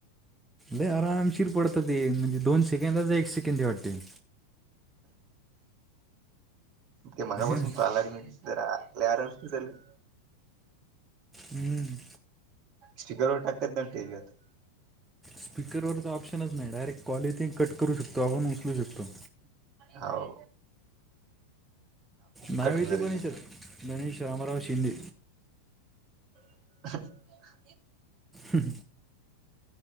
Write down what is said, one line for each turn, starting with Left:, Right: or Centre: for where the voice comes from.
Centre: लय आरामशीर पडत ते, म्हणजे दोन सेकंदाचा एक सेकंंद आहे वाटते ते.
Right: ते मगापासून
Centre: ना
Right: पा आलात मी. <unintelligible> जरा लय आरामशीर झालं.
Centre: हम्म.
Right: स्पीकर वर टाकतात ना टीव्हीत.
Centre: स्पीकरवरचा ऑप्शनच नाही. डायरेक्ट कॉल इथे कट करू शकतो, आपण उचलू शकतो.
Right: हो.
Centre: नाव
Right: कट
Centre: येते
Right: होऊन जाते
Centre: पण
Right: ते
Centre: इथे गणेश रामराव शिंदे.
Right: <unintelligible>
Centre: हम्म.